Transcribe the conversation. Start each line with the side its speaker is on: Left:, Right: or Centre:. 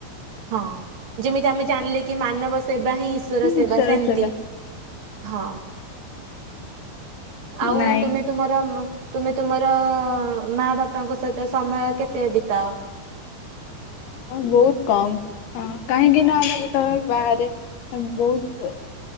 Right: ହଁ ଯେମିତି ଆମେ ଜାଣିଲେ କି ମାନବ ସେବା ହିଁ ଈଶ୍ଵର
Left: ଈଶ୍ୱର
Right: ସେବା ସେମିତି।
Left: ସେବା
Right: ହଁ ଆଉ
Left: ନାଇଁ
Right: ତୁମେ ତୁମର ତୁମେ ତୁମର, ମା ବାପାଙ୍କ ସହିତ ସମୟ କେତେ ବିତାଅ।
Left: ହ ବହୁତ କମ, କାହିଁକି ନା ଆମେ ଯେତେବେଳେ ବାହାରେ ବହୁତ